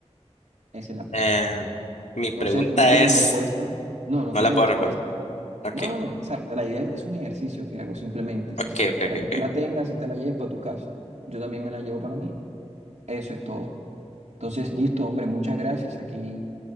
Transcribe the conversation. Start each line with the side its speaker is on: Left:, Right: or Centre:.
Right: Esa es la pregunta.
Left: Eh, mi
Right: Entonces,
Left: pregunta
Right: no tiene
Left: es,
Right: respuesta. No, no
Left: no
Right: tiene
Left: la puedo
Right: respuesta.
Left: responder. Ok,
Right: No, no, no, exacto. La idea es, es un ejercicio que hago simplemente. es
Left: ok,
Right: un-
Left: ok,
Right: para
Left: ok.
Right: que tú
Left: ok.
Right: la tengas y te la lleves para tu casa. Yo también me la llevo para mí. Eso es todo. Entonces, listo, hombre, muchas gracias. Aquí